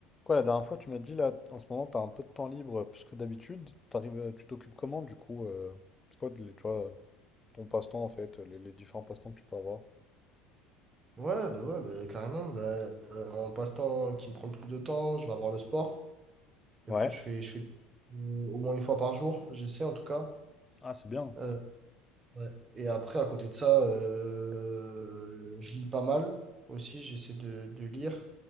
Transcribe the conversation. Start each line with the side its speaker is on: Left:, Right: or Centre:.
Left: Quoi, la dernière fois, tu m'as dit là, en ce moment, t'as un peu de temps libre euh, plus que d'habitude. T'arrives, euh, tu t'occupes comment du coup euh, c'est quoi, les- tu vois, ton passe-temps en fait, les, les différents passe-temps que tu peux avoir?
Right: Ouais, bah ouais, bah, carrément. Bah, euh, en passe-temps qui me prend le plus de temps, je vais avoir le sport. Je,
Left: Ouais.
Right: peux- je fais, je fais au moins une fois par jour, j'essaie en tout cas.
Left: Ah, c'est bien.
Right: Euh, ouais. Et après, à côté de ça, euh, je lis pas mal aussi. J'essaie de, de lire.